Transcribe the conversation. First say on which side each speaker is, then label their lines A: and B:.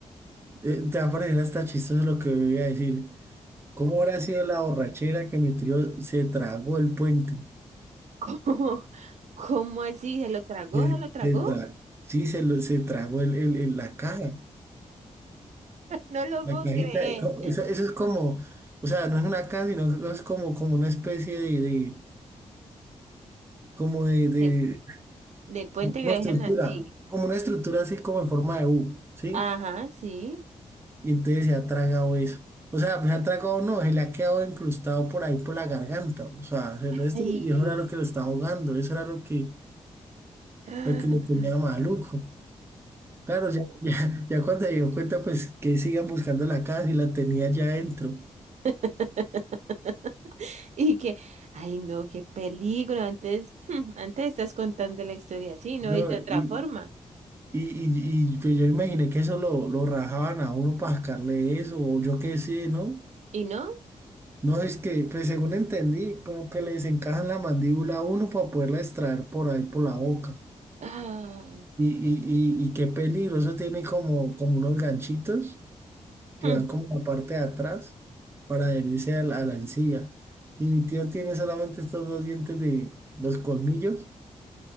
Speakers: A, on the right (about 20°); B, on the right (about 75°).
A: Eh, Te va a parecer hasta chistoso lo que voy a decir. ¿Cómo habrá sido la borrachera que mi trío se tragó el puente?
B: <laughs> ¿Cómo? ¿Cómo así? ¿Se lo tragó?
A: Se-
B: ¿Se lo tragó?
A: se tra- sí, se, lo- se tragó el, el- el- la caja,
B: No lo
A: la
B: puedo
A: cajita.
B: creer.
A: co- Eso, eso es como, o sea, no es una caja, sino que es como, como una especie de, de- como de, de-
B: De, de Puente
A: como
B: Grande
A: estructura,
B: allí.
A: como una estructura así como en forma de U, ¿sí?
B: Ajá, sí.
A: Y entonces se ha tragado eso. O sea, se ha tragado no, se le ha quedado incrustado por ahí por la garganta. O sea, se lo- esto-
B: Ay.
A: y eso era lo que lo estaba ahogando, eso era lo que
B: Ah.
A: lo que lo tenía maluco. Claro, ya, <laughs> ya, ya cuando se dio cuenta, pues que sigan buscando la casa y la tenía ya adentro.
B: <laughs> Y que, ay no, qué peligro. Antes, <laughs> hmm, antes estás contando la historia así, ¿no?
A: No,
B: Y de otra
A: y,
B: forma.
A: y, y, y, pues yo imaginé que eso lo, lo rajaban a uno para sacarle eso, o yo qué sé, ¿no?
B: ¿Y no? <gasps> <laughs>
A: No, es que, pues según entendí, como que les encajan la mandíbula a uno para poderla extraer por ahí por la boca.
B: Ah.
A: Y, y, y, y qué peligroso, tiene como, como unos ganchitos que
B: Hmm,
A: van como la parte de atrás para adherirse a la, a la encía. Y mi tío tiene solamente estos dos dientes de los colmillos,